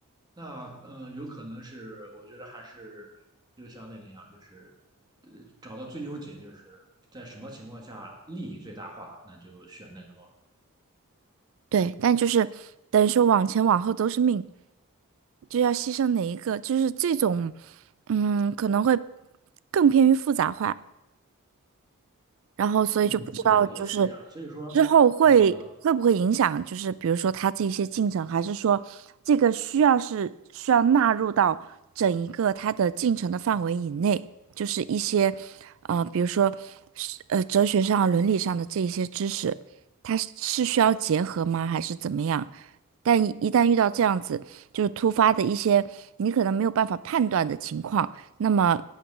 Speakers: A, on the right; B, on the right.
A: 那嗯、呃有可能是，我觉得还是就像那个一样，就是呃找到最优解，就是在什么情况下利益最大化，那就选那个咯。
B: 对，但就是等于说往前往后都是命，就要牺牲哪一个，就是这种，嗯，可能会更偏于复杂化。然后所以就不知道就是
A: 嗯，对对，是这样。所以说，
B: 之后会会不会影响，
A: 呃，
B: 就是比如说他这一些进程，还是说这个需要是需要纳入到整一个他的进程的范围以内，就是一些呃，比如说是呃哲学上啊伦理上的这一些知识，它是是需要结合吗，还是怎么样？但一一旦遇到这样子，就是突发的一些你可能没有办法判断的情况，那么